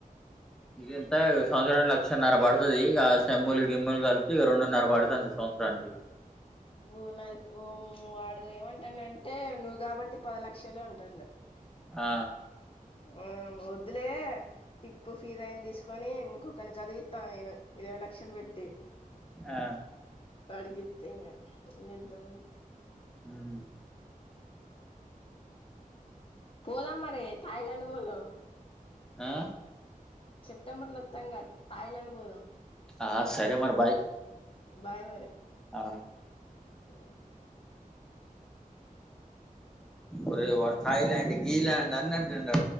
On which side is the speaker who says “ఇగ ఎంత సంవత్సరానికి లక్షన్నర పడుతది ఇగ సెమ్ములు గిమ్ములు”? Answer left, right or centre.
Centre